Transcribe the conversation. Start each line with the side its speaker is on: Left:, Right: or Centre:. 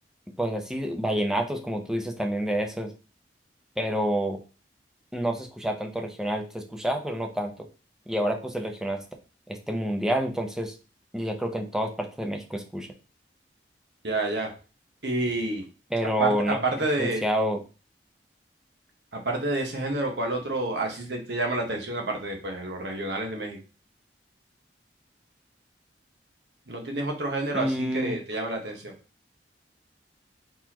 Centre: pues así, vallenatos, como tú dices también de esos, pero no se escuchaba tanto regional, se escuchaba, pero no tanto. Y ahora pues el regional está este mundial, entonces yo ya creo que en todas partes de México escuchan,
Right: Ya, ya. Y
Centre: pero
Right: aparte,
Centre: no
Right: aparte
Centre: he
Right: de,
Centre: diferenciado.
Right: aparte de ese género, ¿cuál otro así te, te llama la atención aparte de pues los regionales de México? ¿No tienes otro género
Centre: Mm,
Right: así que te llame la atención?